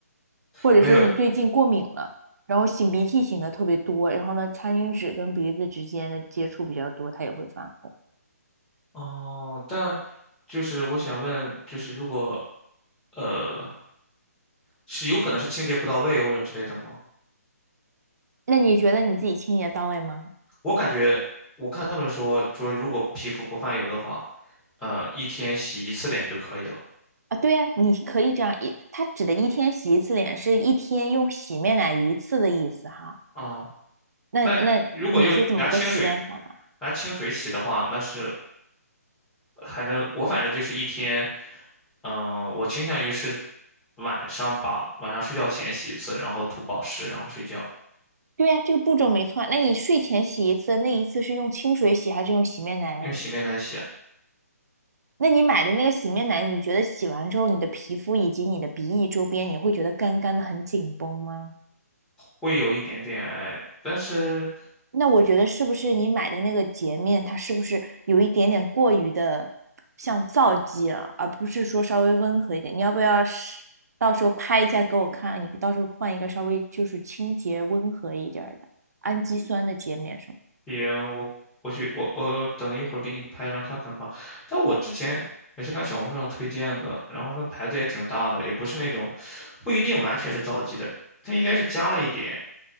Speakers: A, on the right; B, in the centre.
A: 或者说你最近过敏了，
B: 没有
A: 然后擤鼻涕擤的特别多，然后呢，餐巾纸跟鼻子之间的接触比较多，它也会泛红。
B: 哦，但就是我想问，就是如果呃是有可能是清洁不到位或者之类的吗？
A: 那你觉得你自己清洁到位吗？
B: 我感觉我看他们说说如果皮肤不泛油的话，呃一天洗一次脸就可以了
A: 啊，对呀，你可以这样一，它指的一天洗一次脸是一天用洗面奶一次的意思哈。
B: 啊。
A: 那那你是怎么个洗脸法呢？
B: 那你如果又拿清水拿清水洗的话，那是还能我反正就是一天，嗯、我倾向于是晚上吧，晚上睡觉前洗一次，然后涂保湿，然后睡觉，
A: 对呀，这个步骤没错啊。那你睡前洗一次，那一次是用清水洗还是用洗面奶啊？
B: 用洗面奶洗啊，
A: 那你买的那个洗面奶，你觉得洗完之后，你的皮肤以及你的鼻翼周边，你会觉得干干的很紧绷吗？
B: 会有一点点哎，但是
A: 那我觉得是不是你买的那个洁面，它是不是有一点点过于的像皂基了，而不是说稍微温和一点？你要不要是到时候拍一下给我看？你到时候换一个稍微就是清洁温和一点儿的氨基酸的洁面什么的
B: 行，我我去我我等一会儿给你拍一张看看吧。但我之前也是看小红书上推荐的，然后那牌子也挺大的，也不是那种不一定完全是皂基的，它应该是加了一点。